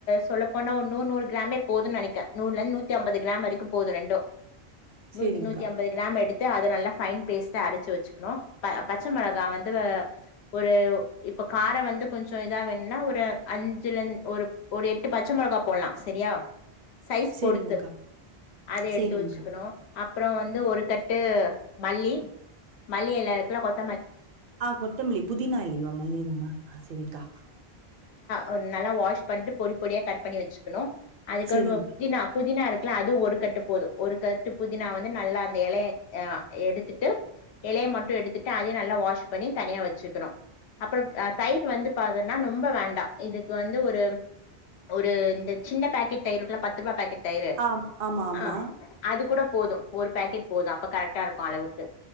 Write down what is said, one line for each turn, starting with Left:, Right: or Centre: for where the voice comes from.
Left: சொல்ல போனா ஒரு நூறு கிராமே போதன்னு நினைக்கேன் நூறுல இருந்து நூத்தி ஐம்பது கிராம் வரைக்கு போது ரெண்டு
Right: சரிங்க்கா.
Left: நூத்தி நூத்தி ஐம்பது கிராம் எடுத் அத நல்லா ஃபயின் பேஸ்ட்டா அரச்சு வச்சுக்கணு பச்ச மிளகா வந்து ஒரு இப்ப காரம் வந்து கொஞ்சோ இதா வேணும்னா ஒரு அஞ்சுல ஒரு ஒரு எட்டு பச்ச மிளகா போட்லா செரியா சைஸ்
Right: சரிங்கக்கா.
Left: பொறுத்து அத
Right: சரிங்கக்கா.
Left: எடுத்து வச்சுக்ணு அப்றோ வந்து ஒரு கட்டு மல்லி மல்லி எல்லா இருக்குல கொத்
Right: ஆ கொத்தம்லி புதீனா இல்லயோ ஆ மல்லினோம ஆ செரிங்கா
Left: ஒ நல்லா வாஷ் பண்ட்டு பொடி பொடியா கட் பண்ணி வெச்சுக்கணு அதுக்கபற
Right: சரிங்கக்கா.
Left: நம புதினா புதினா இருக்கல அது ஒரு கட்டு போது ஒரு கட்டு புதினா வந்து நல்லா அந்த எலைய எ ஆ எடுத்துட்டு எலைய மட்டு எடுத்துட்டு அதயு நல்லா வாஷ் பண்ணி தனியா வெச்சுக்கணு அப்பறம் ஆ தயிர் வந்து பா ன னொம்ப வேண்டா இதுக் வந்து ஒரு ஒரு இந்த சின்ன பேக்கெட் தயிருக்குல பத்து ரூபா பேக்கெட் தயிறே
Right: ஆ ஆமா, ஆமா.
Left: ஆ அது கூட போதோ ஒரு பேக்கெட் போதோ அப்ப கரெக்டா இருக்கு அளவுக்கு